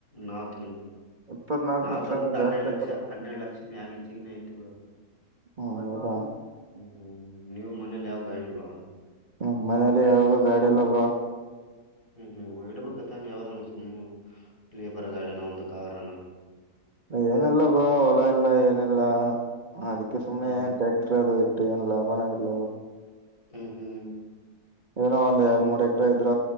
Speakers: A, on the left (about 35°); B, on the right (about 30°).
A: ನಾ ತಂದ
B: ಇಪ್ಪತ್ನಾಲ್ಕು
A: ನಾವ್
B: ಲಕ್ಷ
A: ತಂದದ್ದು
B: ಅಂದ್ರೆ
A: ಹನ್ನೆರಡು
B: ಜಾಸ್ತಿ
A: ಲಕ್ಷ.
B: ಆಯ್ತಲ್ಲ
A: ಹನ್ನೆರಡು ಲಕ್ಷ ಮ್ಯಾಗೆ ಹೆಚ್ಚಿಗಿನಯತಿ ಬಿಡು.
B: ಹಾ ಹೌದಾ <inaudible>
A: ಹ್ಮ್ ನೀವು ಮನೇಲಿ ಯಾವ ಗಾಡಿಲ್ಲ್ವ,
B: ಹ್ಮ, ಮನೇಲಿ ಯಾವುದು ಗಾಡಿಲ್ಲಬ್ರೋ,
A: ಹ್ಮ್, ಹ್ಮ್ ಇಡ್ಬೇಕ ತಾನೇ ಯಾವ್ದಾನ ಸುಮ್ಮ್ ಲೇಬರ್ ಗಾಡನ ಒಂದು ಕಾರನ.
B: ಏನಿಲ್ಲ ಬ್ರೋ ಹೊಲ ಇಲ್ಲ ಏನಿಲ್ಲ. ಅದಕ್ಕೆ ಸುಮ್ನೆ
A: ಇವ್-
B: ಏನ್ ಟ್ಯಾಕ್ಟರ್ ಅದು ಇ ಏನ್ ಲಾಭಾನೇ ಇಲ್ಲ.
A: ಹ್ಮ್ ಹ್ಮ್ <inaudible>
B: ಏನೋ ಒಂದ್ ಎರಡ ಮೂರ ಎಕ್ರೆ ಇದ್ರ